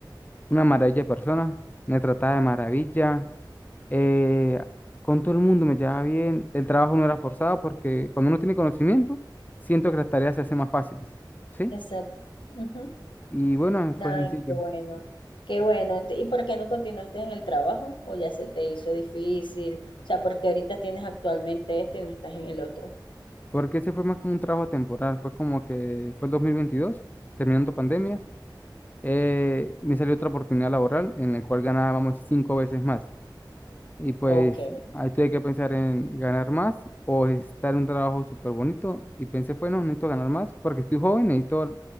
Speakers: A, on the left (about 20°); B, on the left (about 90°).
A: una maravilla de persona, me trataba de maravilla, eh, con todo el mundo me llevaba bien, el trabajo no era forzado porque cuando uno tiene conocimiento, siento que las tareas se hacen más fáciles, ¿sí?
B: exacto. Ujú.
A: Y bueno, fue
B: Ay,
A: sencillo.
B: qué bueno, qué bueno. Ent- ¿Y por qué no continuaste en el trabajo? ¿O ya se te hizo difícil? O sea, porque ahorita tienes actualmente este y no estás en el otro.
A: Porque ese fue más como un trabajo temporal, fue como que fue el 2022, terminando pandemia, eh, me salió otra oportunidad laboral en la cual ganábamos cinco veces más. Y pues
B: Ok,
A: ahí tuve que pensar en ganar más o estar en un trabajo súper bonito. Y pensé, bueno, necesito ganar más porque estoy joven, necesito